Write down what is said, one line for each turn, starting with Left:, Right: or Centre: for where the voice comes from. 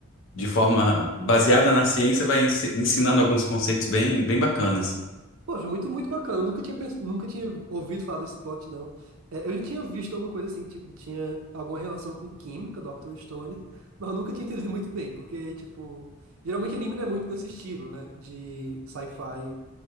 Left: de forma baseada na ciência, vai ensi- ensinando alguns conceitos bem, bem bacanas.
Right: Poxa, muito, muito bacana. Eu nunca tinha pens... nunca tinha ouvido falar desse plot, não. É, eu já tinha visto alguma coisa assim, que, tipo, tinha alguma relação com química, Dr. Stone, <laughs> mas eu nunca tinha entendido muito bem, porque, tipo, geralmente anime não é muito nesse estilo, né? De sci-fi.